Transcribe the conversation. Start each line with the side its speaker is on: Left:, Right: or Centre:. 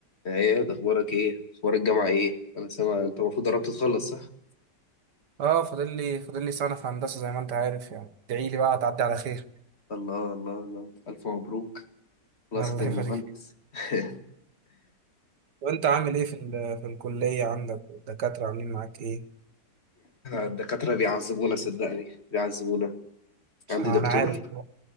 Left: ايه ده اخبارك ايه اخبار الجامعه ايه انا سامع انت المفروض قربت تخلص صح
Right: اه فاضل لي فاضل لي سنة في هندسة زي ما انت عارف يعني ادعي لي بقى تعدي على خير
Left: الله الله الله الف مبروك خلاص
Right: <laughs> الله
Left: هتبقى
Right: يبارك
Left: مهندس <laughs>
Right: وانت عامل ايه في ال- في الكلية عندك والدكاترة عاملين معاك ايه
Left: الدكاتره بيعذبونا صدقني بيعذبونا عندي
Right: انا
Left: دكتور
Right: عارف